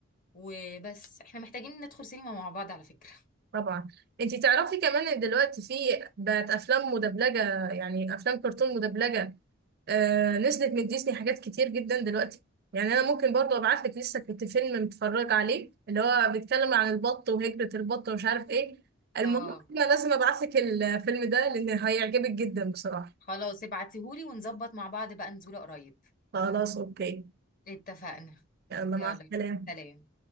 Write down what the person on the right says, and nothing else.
طبعا انتي تعرفي كمان ان دلوقتي في بقت افلام مدبلجه يعني افلام كرتون مدبلجه آه نزلت من ديزني حاجات كتير جدا دلوقتي يعني انا ممكن برضه ابعت لك لسه كنت فيلم متفرج عليه اللي هو بيتكلم عن البط وهجرة البط ومش عارف ايه المهم
انا لازم ابعت لك الفيلم ده لان هيعجبك جدا بصراحه
خلاص اوكي
يلا
مع السلامه